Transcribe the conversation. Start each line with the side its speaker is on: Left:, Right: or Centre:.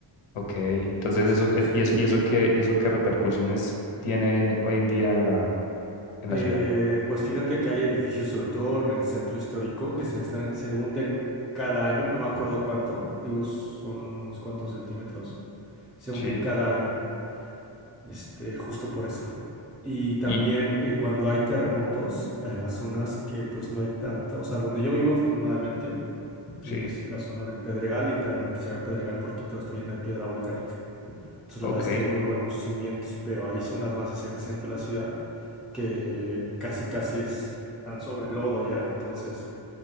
Left: Ok, entonces
Centre: Más
Left: eso,
Centre: es el
Left: eh,
Centre: centro.
Left: ¿y eso, y eso qué, y eso qué repercusiones tiene hoy en día en la, en la
Centre: Eh,
Left: ciudad?
Centre: pues fíjate que hay edificios, sobre todo en el centro histórico, que se están, se hunden cada año, no me acuerdo cuánto, digo, son unos cuantos centímetros, se
Left: Sí,
Centre: hunden cada año, este, justo por eso. Y también
Left: y
Centre: eh, cuando hay terremotos en las zonas que pues no hay tanta, o sea, donde yo vivo afortunadamente, que
Left: sí,
Centre: es la zona del Pedregal, literalmente se llama Pedregal porque todo está lleno de piedra volcánica. Entonces la
Left: ok.
Centre: verdad es que hay muy buenos cimientos, pero hay zonas más hacia el centro de la ciudad que casi casi es, están sobre el lodo ya, entonces